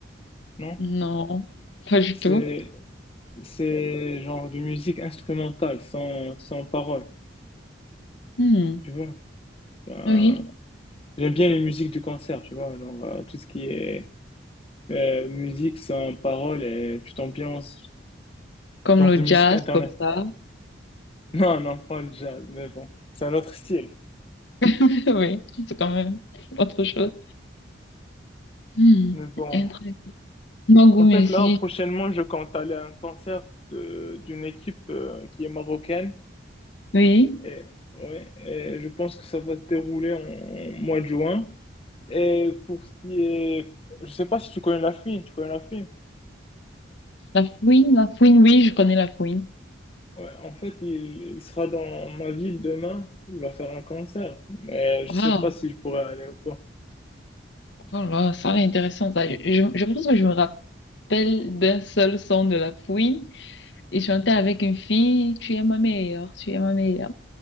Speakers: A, on the left; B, on the left.
A: non?
B: Non, pas du
A: C'est,
B: tout.
A: c'est genre de musique instrumentale, sans, sans parole,
B: Hmm,
A: tu vois? Enfin,
B: Oui,
A: J'aime bien les musiques du concert, tu vois, genre euh, tout ce qui est euh, musique sans parole et tu t'ambiances,
B: comme
A: genre
B: le
A: de musique
B: jazz,
A: internet.
B: comme ça.
A: <laughs> Non, non, pas le jazz, mais bon, c'est un autre style.
B: <laughs> Oui, c'est quand même autre chose. Hmm,
A: Mais bon,
B: un truc. Mon goût
A: en fait
B: musique,
A: là, prochainement, je compte aller à un concert de- d'une équipe euh, qui est marocaine
B: oui.
A: et, ouais, et je pense que ça va se dérouler en, en mois de juin. Et pour ce qui est, je sais pas si tu connais la fille, tu connais la fille
B: La fouine, la fouine, oui, je connais la fouine.
A: Ouais, en fait, il, il sera dans ma ville demain. Il va faire un concert. Mais je
B: Waouh,
A: sais pas si je pourrais aller ou pas.
B: voilà, ça c'est intéressant, ça. Je, je pense que je me rappelle d'un seul son de la fouine. Et chanter avec une fille, tu es ma meilleure, tu es ma meilleure.